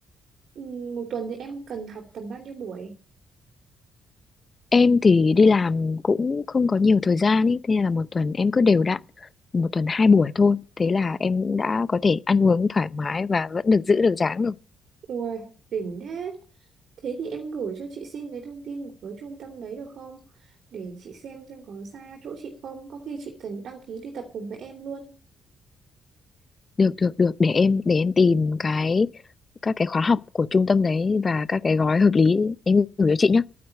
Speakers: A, on the right; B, on the left.
A: Ừ, Một tuần thì em cần học tầm bao nhiêu buổi?
B: em thì đi làm cũng không có nhiều thời gian ý thế nên là một tuần em cứ đều đặn một tuần hai buổi thôi thế là em cũng đã có thể ăn uống thoải mái và vẫn được giữ được dáng được
A: Ui, đỉnh thế. Thế thì em gửi cho chị xin cái thông tin của cái trung tâm đấy được không? Để chị xem xem có xa chỗ chị không. Có khi chị cần đăng ký đi tập cùng với em luôn.
B: được được được để em để em tìm cái các cái khóa học của trung tâm đấy và các cái gói hợp lý em gửi cho chị nhé